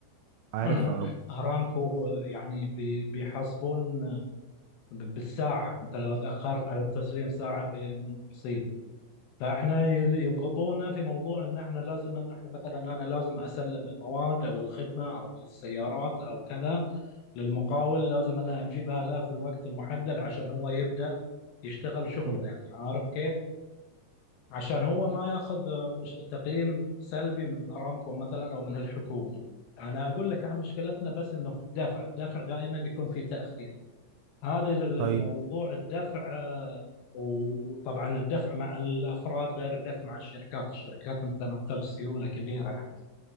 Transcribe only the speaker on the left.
<coughs>
<clears throat>
أرامكو يعني بي- بيحاسبون ب- بالساعة أنت لو تأخرت على التسليم ساعة في مصيبة فإحنا ي- يضغطونا في موضوع إن إحنا لازم إن إحنا مثلا أنا لازم أسلم المواد أو الخدمة أو السيارات أو كذا للمقاول لازم أنا أجيبها له في الوقت المحدد عشان هو يبدأ يشتغل شغله
يعني عارف كيف؟ عشان هو ما ياخذ آه، مش تقييم سلبي من ارامكو مثلا او من الحكومه انا اقول لك عن مشكلتنا بس انه في الدفع الدفع دائما يكون في تاخير هذا الموضوع
الدفع آه، وطبعا الدفع مع الافراد غير الدفع مع الشركات الشركات انت محتاج سيوله كبيره يعني